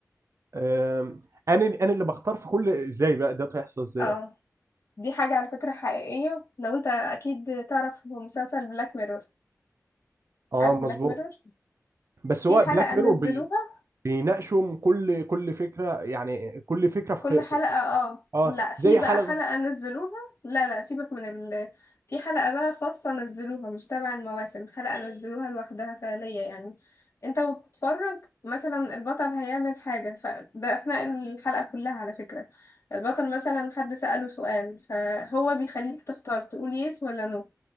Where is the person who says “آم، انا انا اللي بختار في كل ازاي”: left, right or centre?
Right